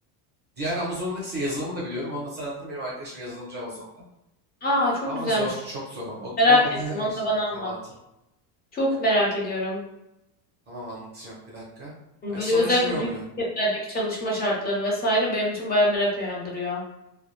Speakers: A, on the right; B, on the left.
A: Diğer Amazon'un ikisi yazılımı da biliyorum. Onu da sana anlatırım. Benim arkadaşım yazılımcı Amazon'da.
B: Aa çok
A: Ama
B: güzelmiş
A: zor.
B: bu.
A: Çok zor o. O,
B: Merak
A: o- <laughs>
B: ettim. Onu da bana
A: evet,
B: anlat.
A: tamam anlatırım.
B: Çok merak ediyorum.
A: Tamam anlatacağım. Bir dakika.
B: Yani
A: Ay,
B: Böyle
A: Sonra
B: özellikle
A: şey oluyor.
B: büyük şirketlerdeki çalışma şartları vesaire benim için bayağı merak uyandırıyor.